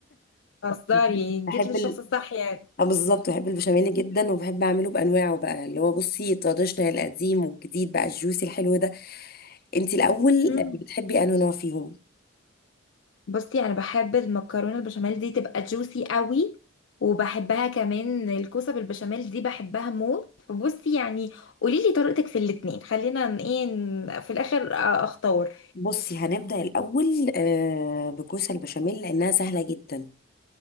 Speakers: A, on the left; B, on the left.
A: اصدري
B: <laughs>
A: جيت
B: بحب
A: للشخص
B: ال...
A: الصح يعني
B: اه بالظبط بحب البشاميل جدا وبحب اعمله بانواعه بقى اللي هو بصي التراديشنال القديم والجديد بقى الجوسي الحلو ده انت الاول
A: مم.
B: آه، بتحبي انه نوع فيهم
A: بصي انا بحب المكرونه البشاميل دي تبقى جوسي قوي وبحبها كمان الكوسه بالبشاميل دي بحبها موت فبصي يعني قولي لي طريقتك في الاتنين خلينا ن- ايه ن- في الاخر أ- اختار
B: بصي هنبدأ الاول آه بكوسة البشاميل لانها سهلة جدا